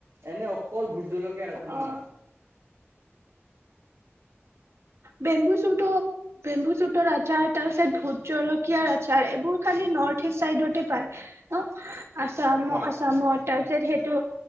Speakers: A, on the right; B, on the right.
A: এনে। কত ভূত জলকীয়া আচৰ
B: অ
A: মই নাখাওঁ।
B: বেম্বুচুটঅ বেম্বুচুটৰ আচাৰ তাৰ পিছত ভূত জলকীয়াৰ আচাৰ এইবোৰ খালি নৰ্থ ইষ্ট চাইডতে পায় ন। আসাম
A: হয়
B: আসামত। তাৰপিছত সেইটো।